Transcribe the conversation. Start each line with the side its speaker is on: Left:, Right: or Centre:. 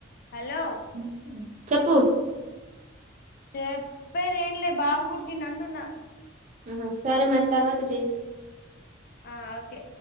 Left: హలో
Right: ఉ <unintelligible> చెప్పు
Left: చెప్పేది ఏంలే బాబు పుట్టిండు అంటున్నా
Right: ఆహ సరే మరి తర్వాత జెయ్
Left: ఆ ఓకే